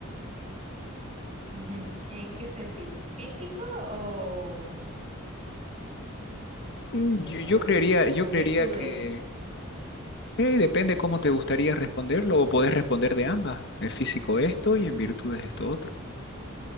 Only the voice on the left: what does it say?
Mm,
yo,
yo creería, yo
creería
que eh, depende cómo te gustaría responderlo o podés responder de ambas. Es físico esto y en virtud es esto otro.